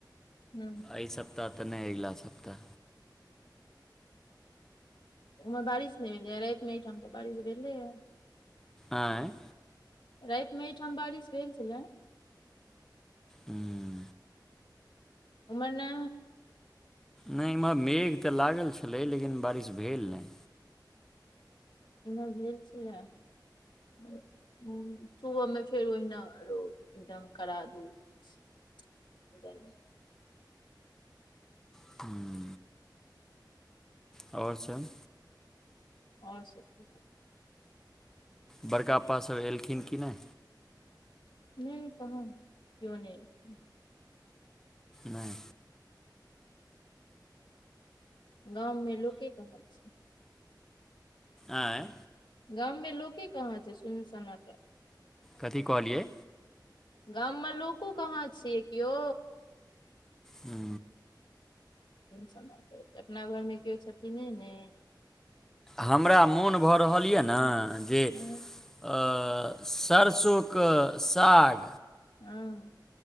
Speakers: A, on the left; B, in the centre.
A: हूंम्म
B: एहि सप्ताह तऽ नहि अगिला सप्ताह
A: ओम्हर बारिश नहि भेलैए, रातिमे एहिठाम तऽ बारिश भेलैए
B: आँय
A: राति मे एहिठाम बारिश भेल छलै
B: उंम्म
A: ओम्हर नै
B: नहि इम्हर मेघ तऽ लागल छलै लेकिन बारिश भेल नहि
A: इम्हर भेल छलै उंम्म सुबहमे फेर ओहिना रौद एकदम कड़ा धूप गर्मी
B: <inaudible> आओर सब
A: आओर सब ठीक
B: बड़का पा सभ एलखिन कि नहि?
A: नहि कहाँ, कियो नहि एलखिन
B: नहि
A: गाममे लोके कहाँ छै?
B: आँय
A: गाममे लोके कहाँ छै, सुन-सन्नाटा
B: कथी कहलियै?
A: गाममे लोको कहाँ छियै कियो
B: हू
A: सम अपना घर में कियो छथिन नय न
B: हमरा मोन भऽ रहल यऽ न जे
A: हँ
B: अऽऽऽऽ सरसो कऽ साग
A: हँ